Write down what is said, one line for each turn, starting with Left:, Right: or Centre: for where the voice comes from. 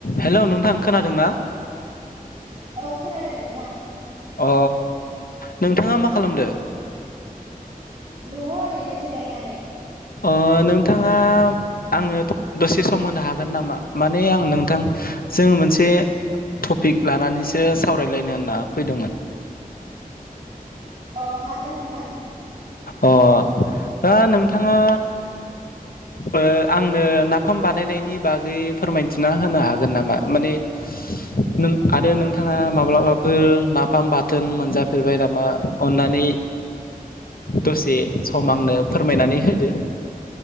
Left: Hello नोंथां खोनादों ना?
Right: औ खोनादों नोंथां।
Left: अ नोंथाङा मा खालामदों?
Right: दङ ओरैनो जिरायनानै।
Left: ओ नोंथाङा आंनो दसे सम होनो हागोन नामा? माने आं नोंथां जों मोनसे टपिक लानानैसो सावरायलायनो होनना फैदोंमोन।
Right: अ हागोन नोंथां।
Left: अ दा नोंथाङा ओ आंनो नाफाम बानायनायनि बागै फोरमायथिना होनो हागोन नामा माने नों आरो नोंथाङा माब्लाबाफोर नाफाम बाथोन मोनजाफेरबाय नामा अननानै दसे सम आंनो फोरमायनानै होदो।